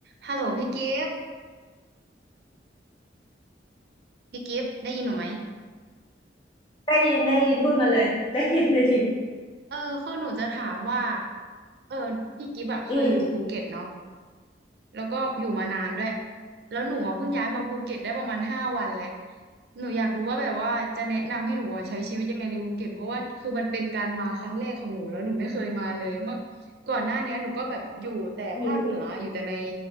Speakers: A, on the right; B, on the left.
A: ฮัลโหลพี่กิฟต์พี่กิฟต์ได้ยินหนูไหม
B: ได้ยินได้ยินพูดมาเลย <laughs> ได้ยินได้ยิน
A: เออคือหนูจะถามว่าเออพี่กิฟต์อะเคยอยู่ภูเก็ตเนาะ
B: อืม
A: แล้วก็อยู่มานานด้วยแล้วหนูอะเพิ่งย้ายมาภูเก็ตได้ประมาณห้าวันแหละหนูอยากรู้ว่าแบบว่าจะแนะนำให้หนูอะใช้ชีวิตยังไงในภูเก็ตเพราะว่าคือมันเป็นการมาครั้งแรกของหนูแล้วหนูไม่เคยมาเลยเมื่อก่อนหน้าเนี้ยหนูก็แบบอยู่แต่ภาคเหนืออยู่แต่ใน
B: อืม